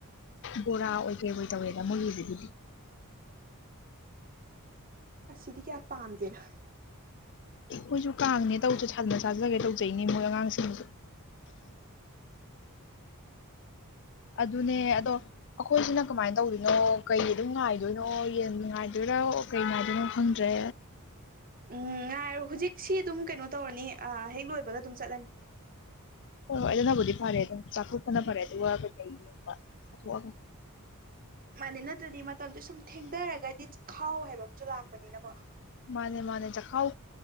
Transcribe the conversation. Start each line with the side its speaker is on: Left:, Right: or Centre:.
Left: ꯕꯣꯔꯥ ꯑꯣꯏ ꯀꯩ ꯑꯣꯏ ꯇꯧꯋꯦꯗ ꯃꯣꯏꯒꯤꯗꯨꯕꯨꯗꯤ
Right: ꯑꯁꯤꯗꯤ ꯀꯌꯥ ꯄꯥꯝꯗꯦꯅ
Left: ꯃꯣꯏꯁꯨ ꯀꯥꯡꯅꯦ ꯇꯧꯖ ꯁꯖ ꯆꯥꯖꯒꯦ ꯇꯧꯖꯩꯅꯦ ꯃꯣꯏ ꯑꯉꯥꯡꯖꯤꯡꯖꯨ ꯑꯗꯨꯅꯦ ꯑꯗꯣ ꯑꯈꯣꯏꯁꯤꯅ ꯀꯃꯥꯏꯟ ꯇꯧꯗꯣꯏꯅꯣ ꯀꯩ ꯑꯗꯨꯝ ꯉꯥꯏꯗꯣꯏꯅꯣ ꯀꯦꯟ ꯅꯨꯡꯉꯥꯏꯗꯣꯏꯔ ꯀꯩ ꯉꯥꯏꯗꯣꯏꯅꯣ ꯈꯪꯗ꯭ꯔꯦ
Right: ꯎꯝ ꯉꯥꯏꯌꯨ ꯍꯨꯖꯤꯛꯁꯤ ꯑꯗꯨꯝ ꯀꯩꯅꯣ ꯇꯧꯔꯅꯤ ꯍꯦꯛ ꯂꯣꯏꯕꯒ ꯑꯗꯨꯝ ꯆꯠꯂꯅꯤ
Left: ꯍꯣꯏ ꯍꯣꯏ ꯑꯗꯨꯅꯕꯨꯗꯤ ꯐꯔꯦ ꯑꯗꯨꯝ ꯆꯥꯊꯣꯛꯄꯅ ꯐꯔꯦ ꯑꯗꯨ ꯋꯥ ꯀꯩ ꯀꯩ ꯌꯦꯡꯕ <unintelligible>
Right: ꯃꯥꯅꯦ ꯅꯠꯇ꯭ꯔꯗꯤ ꯃꯇꯝꯖꯦ ꯁꯨꯝ ꯊꯦꯡꯗꯔꯒꯗꯤ ꯈꯥꯎ ꯍꯥꯏꯕ ꯑꯃꯖꯨ ꯂꯥꯛꯄꯅꯤꯅꯀꯣ
Left: ꯃꯥꯅꯦ ꯃꯥꯅꯦ ꯆꯈꯥꯎ